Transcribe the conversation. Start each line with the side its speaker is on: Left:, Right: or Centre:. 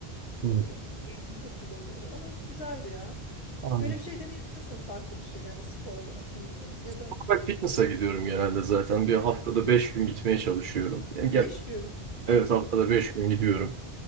Right: Hmm.
Left: nedir o? Eğitimde kullanılıyorlar ama güzeldi ya.
Right: Anladım.
Left: Böyle bir şey deneyebilirsin farklı bir şey yani spor olarak bilmiyorum. Ya da
Right: Olarak fitness'a gidiyorum genelde zaten. Bir haftada 5 gün gitmeye çalışıyorum. Yani
Left: 5
Right: gel
Left: gün
Right: evet haftada
Left: İ-
Right: 5 gün gidiyorum.